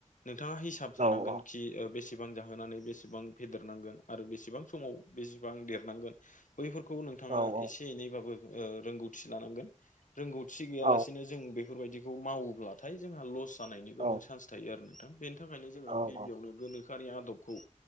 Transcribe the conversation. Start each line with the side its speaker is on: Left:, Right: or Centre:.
Left: नोंथाङा हिसाब
Right: नंगौ
Left: थानांगोन कि बेसेबां जाहोनानै बेसेबां बेसेबां फेदेरनांगोन आरो बेसेबां समाव बेसेबां देरनांगोन। बैफोरखौ नोंथाङा
Right: नंगौ
Left: एसे एनैबाबो रोंगौथि लानांगोन। रोंगौथि गैयालासिनो
Right: औ
Left: जों बेफोरबायदिखौ मावोब्लाथाय जोंहा लस जानायनि गोबां
Right: औ
Left: चान्स थायो आरो नोंथां बेनि थाखायनो जोङो
Right: नंगौ
Left: गिबियावनो
Right: नंगौ
Left: गोनोखोआरि आदबखौ